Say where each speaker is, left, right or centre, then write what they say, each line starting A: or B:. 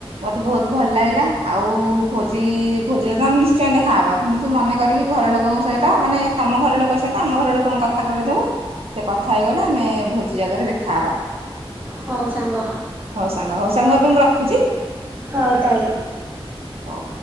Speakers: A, on the right (about 70°); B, on the right (about 20°).
A: ମୋତେ ବୋହୁତ ଭଲ ଲାଗିଲା। ଆଉ ଭୋଜି ଭୋଜିରେ ତ ଆମେ ନିଶ୍ଚୟ ଦେଖାହବା କିନ୍ତୁ ତୁ ମନେ କରିକି ଘର ଲୋକଙ୍କ ସହିତ ମାନେ ତମ ଘର ଲୋକଙ୍କ ସହିତ ଆମ ଘର ଲୋକଙ୍କୁ କଥା କରେଇଦବୁ ସେ କଥା ହେଇଗଲେ ଆମେ ଭୋଜି ଜାଗାରେ ଦେଖାହବା।
B: ହଉ ସଙ୍ଗ।
A: ହଉ ସାଙ୍ଗ ହଉ ସାଙ୍ଗ ଏବେ ମୁଁ ରଖୁଚି।
B: ହଉ ତାହଲେ।
A: ହଉ।